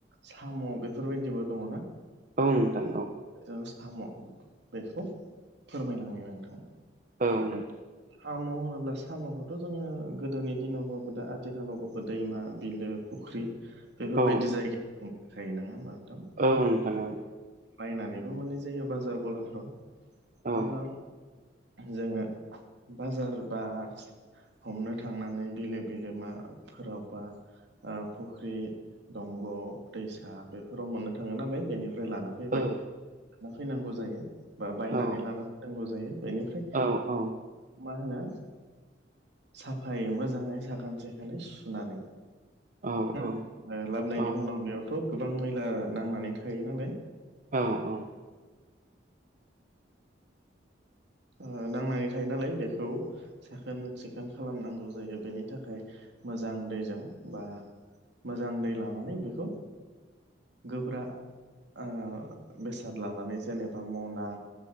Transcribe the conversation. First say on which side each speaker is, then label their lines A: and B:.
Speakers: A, on the right; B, on the right.
A: साम' बेफोरबायदिबो दङना।
B: औ नोंथां औ
A: जों साम' बेखौ फोरमायनो हायो नोंथाङा।
B: औ नोंथा
A: साम' होनोब्ला साम'खौथ' जोङो गोदोनि दिनावबाबो दा आथिखालावबाबो दैमा बिलो फुख्रि बेफोरबायदि
B: औ
A: जायगायाव थायो नङा होमबा नोंथां।
B: औ नोंथां औ
A: बायनानैबो मोननाय जायो बाजार गलाफ्राव
B: औ
A: अब्ला जोङो बाजार बा हमनो थांनानै बिलो बिलोमा फोरावबा ओ फुख्रि दंग' दैसा बेफोराव मोननो थाङो नालाय बेनि लाना फैबाय
B: औ
A: लाना फैनांगौ जायो। बा बायनानै
B: औ
A: लाना फैनांगौ जायो बेनिफ्राय
B: औ औ
A: मा होनो साफायै मोजाङै साखोन सिखोनै सुनानै
B: औ
A: ना
B: औ
A: ओ लाबोनायनि
B: औ
A: उनाव बेयावथ' गोबां मैला नांनानै थायो नालाय।
B: औ औ
A: ओ नांनानै थायो नालाय बेखौ साखोन सि सिखोन खालामनांगौ जायो बेनि थाखाय मोजां दैजों बा मोजां दै लानानै बेखौ गोब्रा ओ बेसाद लानानै जेनेबा मना